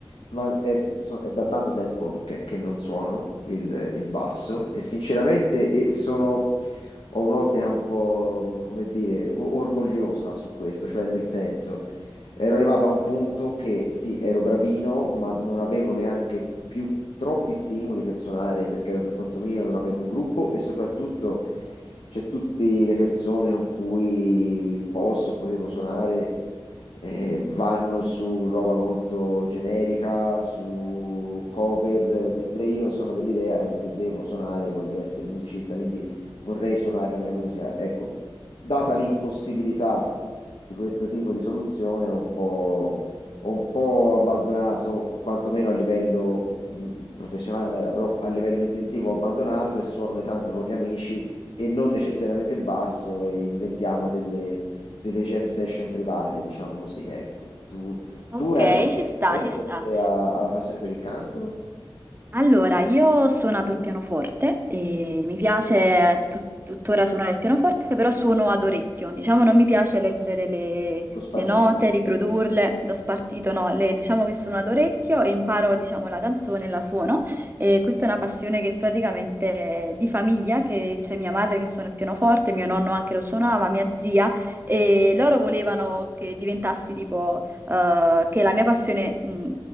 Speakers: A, on the left; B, on the right.
A: ma è, so- è da tanto tempo che, che non suono il, il basso e sinceramente eh, sono, ho un'ottica un po', mh, come dire, o- orgogliosa su questo, cioè nel senso, ero arrivato a un punto che sì, ero bravino, ma non avevo neanche più troppi stimoli per suonare perché ero per conto mio, non avevo un gruppo e soprattutto cioè tutte le persone con cui posso, potevo suonare eh, vanno su roba molto generica, su cover, eh, mentre io sono dell'idea che se devo suonare voglio essere musicista, quindi vorrei suonare la mia musica. Ecco, data l'impossibilità di questo tipo di soluzione, ho un po', ho un po' abbandonato, quantomeno a livello mh, professionale non era, però a livello intensivo ho abbandonato e suono ogni tanto con gli amici e non necessariamente il basso e inventiamo delle, delle jam session private, diciamo così, ecco. Tu,
B: ok,
A: tu hai qualche
B: ci sta,
A: strumento
B: ci sta.
A: oltre a- alla passione per il canto?
B: Allora, io ho suonato il pianoforte e mi piace tut- tuttora suonare il pianoforte, però suono ad orecchio. Diciamo, non mi piace leggere le,
A: Lo spartito.
B: le note, riprodurle,
A: Mm.
B: l'ho spartito, no, le- diciamo che suono ad orecchio e imparo, diciamo, la canzone e la suono. E questa è una passione che praticamente è di famiglia, che c'è mia madre che suona il pianoforte, mio nonno anche lo suonava, mia zia, e loro volevano che diventassi tipo eh, che la mia passione, mh,